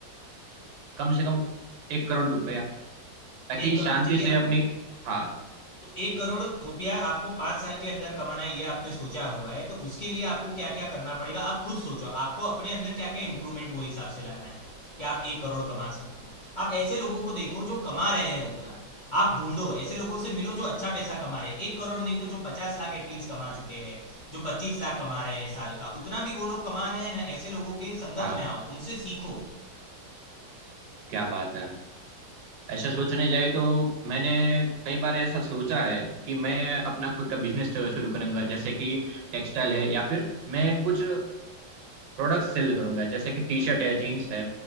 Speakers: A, on the right; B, on the left.
A: कम से कम एक करोड़ रुपया ताकि
B: एक करोड़
A: शांति
B: चाहिए
A: से
B: आपको
A: अपनी हाँ
B: तो एक करोड़ रुपया आपको पांच साल के अंदर कमाना है ये आपने सोचा हुआ है तो उसके लिए आपको क्या क्या करना पड़ेगा आप खुद सोचो आपको अपने अंदर क्या क्या इंप्रूवमेंट वो हिसाब से लाना है कि आप एक करोड़ कमा सकते हो आप ऐसे लोगों को देखो जो कमा रहे हैं उतना आप ढूंढो ऐसे लोगों से मिलो जो अच्छा पैसा कमा रहे हैं एक करोड़ नहीं तो जो पचास लाख एटलीस्ट कमा चुके हैं जो पच्चीस लाख कमा रहे हैं साल का उतना भी वो लोग कमा रहे हैं ना ऐसे लोगों के संगत
A: हाँ
B: में आओ उनसे सीखो
A: क्या बात है ऐसा सोचने जाए तो मैंने कई बार ऐसा सोचा है कि मैं अपना खुद का बिजनेस शुरू करूंगा जैसे कि टेक्सटाइल है या फिर मैं कुछ प्रोडक्ट्स सेल करूंगा जैसे कि टी शर्ट है जीन्स है